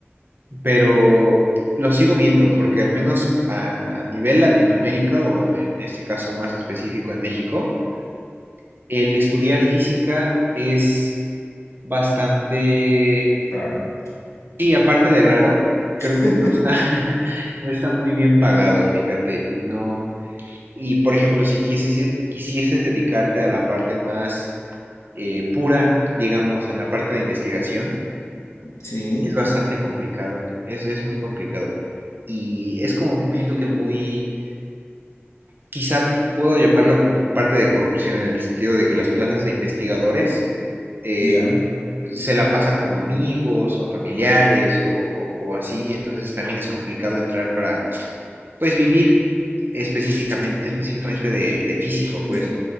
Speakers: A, on the right (about 50°); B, on the left (about 80°).
A: pero lo sigo viendo porque al menos a nivel Latinoamérica o en este caso más específico en México, el estudiar física es bastante,
B: Claro.
A: y aparte de raro, creo
B: <laughs>
A: que no está, <laughs> no está muy bien pagado, fíjate, y no, Y por ejemplo, si quisieses, quisieses dedicarte a la parte más eh, pura, digamos, en la parte de investigación,
B: Sí,
A: es bastante complicado, es, es muy complicado. Y es como, siento que muy, quizá puedo llamarlo como parte de corrupción, en el sentido de que las plazas de investigadores eh,
B: ya.
A: se la pasan como amigos o a familiares o, o- o así, entonces también es complicado entrar para, pues, vivir específicamente, específicamente de, de físico,
B: De-
A: pues.